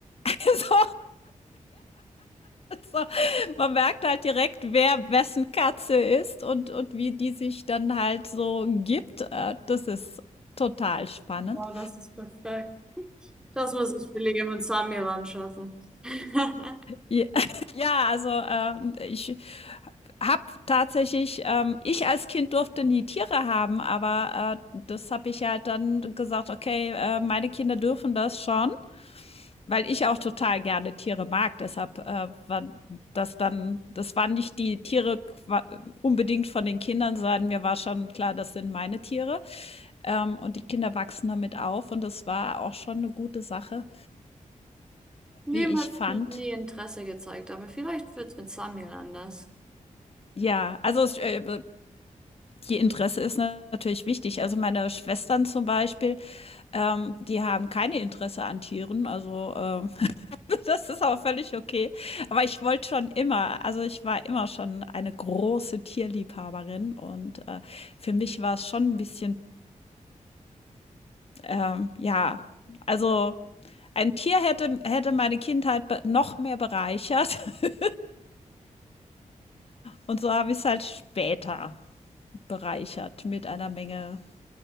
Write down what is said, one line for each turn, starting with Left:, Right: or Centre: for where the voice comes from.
Left: <laughs> so So, man merkt halt direkt, wer wessen Katze ist und, und wie die sich dann halt so gibt. Äh, Das ist total spannend.
Centre: Wow, das ist perfekt. Das muss ich für Liam und Samuel anschaffen. <laughs>
Left: Ja, <laughs> ja, also äh, ich habe tatsächlich, ähm, ich als Kind durfte nie Tiere haben, aber äh, das habe ich halt dann gesagt, okay, äh, meine Kinder dürfen das schon. Weil ich auch total gerne Tiere mag, deshalb äh, war das dann, das waren nicht die Tiere qua- unbedingt von den Kindern, sondern mir war schon klar, das sind meine Tiere. Ähm, und die Kinder wachsen damit auf und das war auch schon eine gute Sache,
Centre: Liam
Left: wie ich
Centre: hat
Left: fand.
Centre: noch nie Interesse gezeigt, aber vielleicht wird es mit Samuel anders.
Left: Ja, also es, äh, die Interesse ist na- natürlich wichtig. Also meine Schwestern zum Beispiel, ähm, die haben keine Interesse an Tieren. Also ähm, Das ist aber völlig okay. Aber ich wollte schon immer, also ich war immer schon eine große Tierliebhaberin und äh, für mich war es schon ein bisschen, ähm, ja, also ein Tier hätte, hätte meine Kindheit be- noch mehr bereichert <laughs> und so habe ich es halt später bereichert mit einer Menge